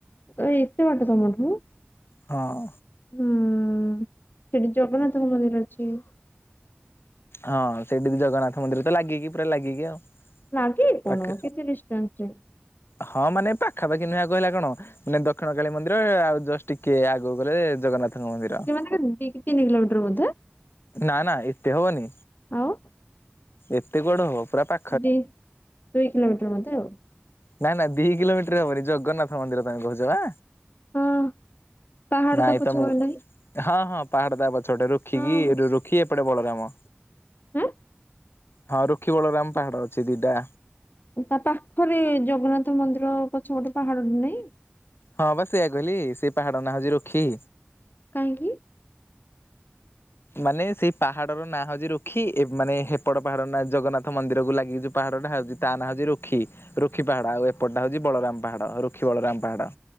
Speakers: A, on the left; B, on the left.
A: ଏ ଏତେ ବାଟ ତମଠୁ?
B: ହଁ।
A: ହୁଁ ସେଠି ଜଗନ୍ନାଥଙ୍କ ମନ୍ଦିର ଅଛି।
B: ହଁ ସେଇଠି ବି ଜଗନ୍ନାଥ ମନ୍ଦିର ତ ଲାଗିକି ପୁରା ଲାଗିକି ଆଉ।
A: ଲାଗିକି କଣ
B: ପାଖେ।
A: କେତେ ଡିଷ୍ଟାନ୍ସ ରେ।
B: ହଁ ମାନେ ପାଖାପାଖି ନୁହେଁ କହିଲା କଣ ମାନେ ଦକ୍ଷିଣ କଳୀ ମନ୍ଦିର ଆଉ ଜଷ୍ଟ ଟିକେ ଆଗକୁ ଗଲେ ଜଗନ୍ନାଥଙ୍କ ମନ୍ଦିର।
A: <unintelligible> ତିନି କିଲୋମିଟର ବୋଧେ?
B: ନା ନା ଏତେ ହବନି
A: ଆଉ
B: ଏତେ କୁଆଡୁ ହବ ପୁରା ପା
A: ଦି ଦୁଇ କିଲୋମିଟର ବୋଧେ ଆଉ?
B: ନାଁ ନାଁ ଦି କିଲୋମିଟର ହବନି ଜଗନ୍ନାଥ ମନ୍ଦିର ତମେ କହୁଛ ପା?
A: ହଁ ପାହାଡ
B: ନାଇଁ
A: ତା ପଛପଟେ
B: ତମ କୁ
A: ନାହିଁ
B: ହଁ ହଁ ପାହାଡ ତା ପଛପଟେ ରୁଖିକି
A: ହଁ
B: ରୁଖି ଏପଟେ ବଳରାମ।
A: ଆଁ?
B: ହଁ ରୁକ୍ଷୀ ବଳ ରାମ ପାହାଡ ଅଛି ଦିଟା।
A: ତା ପାଖରେ ଜଗନ୍ନାଥ ମନ୍ଦିର ପଛ ପଟେ ପାହାଡ ଟେ ନାହିଁ?
B: ହଁ ବା ସେଇୟା କହିଲି ସେ ପାହାଡ ନା ହଉଛି ରୁଖି।
A: କାହିଁକି?
B: ମାନେ ସେଇ ପାହାଡର ନାଁ ହଉଛି ରୁଖି ଏ ମାନେ ହେପଟ ପାହାଡ଼ ନା ଜଗନ୍ନାଥ ମନ୍ଦିରକୁ ଲାଗି ଯଉ ପାହାଡଟା ହଉଛି ତା ନାଁ ହଉଛି ରୁକ୍ଷୀ ରୁକ୍ଷୀ ପାହାଡ ଆଉ ଏପଟା ହଉଛି ବଳରାମ ପାହାଡ ରୁକ୍ଷୀ ବଳରାମ ପାହାଡ।